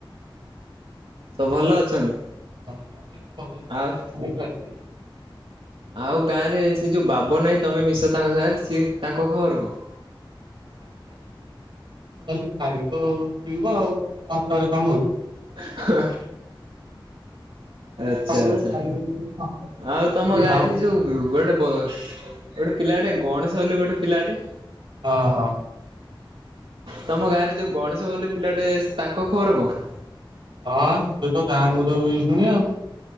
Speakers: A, on the right (about 85°); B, on the right (about 65°).
A: ସବୁ ଭଲ ଅଛନ୍ତି।
B: ହଁ ସେ ଭଲ ସବୁ
A: ଆଉ
B: ଦୁଃଖେ ସୁଖେ ଚାଲିଛି ଆଉ।
A: ଆଉ ଗାଁ ରେ ସେ ଯୋଉ ବାବନାଇଁ ତମେ ମିଶ ତାଙ୍କ ସାଙ୍ଗରେ ସିଏ ତାଙ୍କ ଖବର କଣ?
B: ଆ ଖାଲି ଖାଇବ ପିଇବ ଆଉ କଣ ତାରେ କାମ ହୋଉଚି।
A: ହ। ଆଚ୍ଛା
B: ସବୁବେଳେ
A: ଆଚ୍ଛା
B: ଖାଇବା ଦେଖିକି
A: ଆଉ ତମ ଗାଁରେ ହେ ଯୋଉ ଗୋଟେ ଗୋଟେ ପିଲାଟେ ଗଣେଶ ବୋଲି ଗୋଟେ ପିଲାଟେ
B: ହ ହ।
A: ତମ ଗାଁରେ ଯୋଉ ଗଣେଶ ବୋଲି ପିଲାଟେ ତାଙ୍କ ଖବର କଣ?
B: ହଁ ସେତ ଗାଁ ମୁରବି ହେଇଚନ୍ତି ଆଉ।